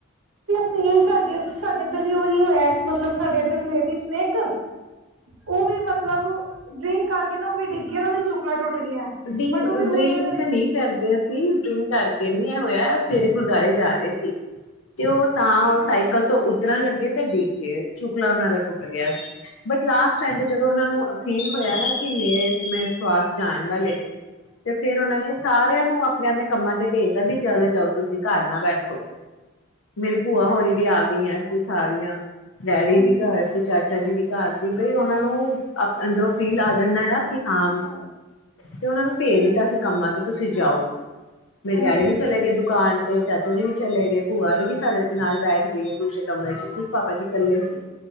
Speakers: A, on the right (about 80°); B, on the left (about 75°).
A: ਸੇਮ ਸਾਡੇ ਸਾਡੇ ਇੱਧਰ ਵੀ ਉਹੀ ਹੋਇਆ ਇੱਕ ਮਤਲਬ ਸਾਡੇ ਇੱਧਰ ਲੇਡੀਜ਼ ਨੇ ਇੱਕ, ਉਹ ਵੀ ਮਤਲਬ ਡਰਿੰਕ ਕਰਕੇ ਨਾ ਉਹ ਵੀ ਡਿੱਗੀ ਉਹ ਦੀ ਚੁਕਲਾ ਟੁੱਟ ਗਿਆ
B: ਡ
A: ਬਟ ਉਹ ਵੀ ਹੁਣ
B: ਡਰਿੰਕ ਨਹੀਂ ਕਰਦੇ ਸੀਂ ਡਰਿੰਕ ਕਰ ਨਹੀ ਇਹ ਹੋਇਆ ਸਾਰੇ ਗੁਰਦੁਆਰੇ ਜਾ ਰਹੇ ਸੀ। ਤੇ ਉਹ ਤਾਂ
A: ਹਾਂਜੀ
B: ਸਾਈਕਲ ਤੋਂ ਉਤਰਨ ਲੱ ਤੇ ਡਿੱਗ ਗਏ, ਚੁਕਲਾ ਉਹਨਾ ਦਾ ਟੁੱਟ ਗਿਆ ਸੀ, ਬਟ ਲਾਸਟ ਟਾਈਮ ਤੇ ਜਦੋਂ ਉਹਨਾਂ ਨੂੰ ਫੀਲ ਹੋਇਆ ਨਾ ਕਿ ਮੇੇ ਸਵਾਸ ਜਾਣ ਵਾਲੇ ਨੇ ਤੇ ਫੇਰ ਉਹਨਾਂ ਨੇ ਸਾਰਿਆਂ ਨੂੰ ਆਪਣੇ ਆਪਣੇ ਕੰਮਾਂ ਤੇ ਭੇਜਦਾ ਵੀ ਚੱਲ ਜਾਓ ਤੁਸੀਂ ਘਰ ਨਾ ਬੈਠੋ। ਮੇਰੀ ਭੂਆ ਹੋਰੀ ਵੀ ਆ ਗਈਆ। ਸੀਂ ਸਾਰੀਆਂ ਡੈਡੀ
A: ਹਾਂਜੀ
B: ਵੀ ਘਰ ਸੀ, ਚਾਚਾ ਜੀ ਵੀ ਘਰ ਸੀ ਬਈ ਉਹਨਾਂ ਨੂੰ ਅੰਦਰੋਂ ਫੀਲ ਆ <unintelligible> ਦਾ ਕੀ
A: ਹਾਂਜੀ
B: ਹਾਂ ਤੇ ਉਹਨਾਂ ਨੂੰ ਭੇਜ ਦਿੱਤਾ ਸੀ ਕੰਮਾਂ ਤੇ ਤੁਸੀਂ ਜਾਓ। ਮੇਰੇ
A: ਹਾਂਜੀ
B: ਡੈਡੀ ਵੀ ਚਲੇ ਗਏ ਦੁਕਾਨ। ਤੇ ਚਾਚਾ ਜੀ ਵੀ ਚਲੇ ਗਏ ਭੂਆ ਹੋਰੀ ਵੀ ਸਾਡੇ ਨਾਲ ਬੈਠ ਗਈਆਂ ਦੂਸਰੇ ਕਮਰੇ ਚ ਸਿਰਫ ਪਾਪਾ ਜੀ ਇਕੱਲੇ ਸੀ।